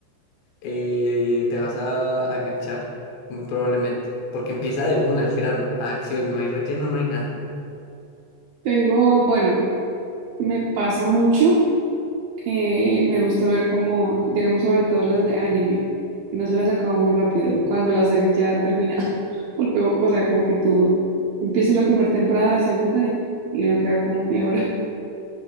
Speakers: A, on the left; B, on the right.
A: eh, te vas a, a enganchar, muy probablemente, porque empieza de una al grano, a acción, no hay relleno, no hay nada.
B: tengo, bueno, me pasa mucho. eh, me gusta ver como, digamos, sobre todo las de anime, que no se las acaba muy rápido, cuando las series ya han terminado, <laughs> porque, o, o sea, como que tú empiezas la primera temporada, la segunda, y uno queda como, ¿y ahora? <laughs>